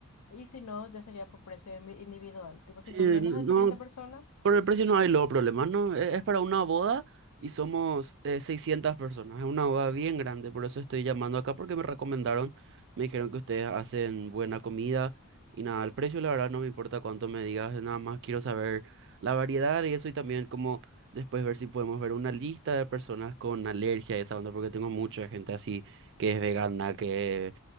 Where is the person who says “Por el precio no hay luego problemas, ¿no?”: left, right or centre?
Right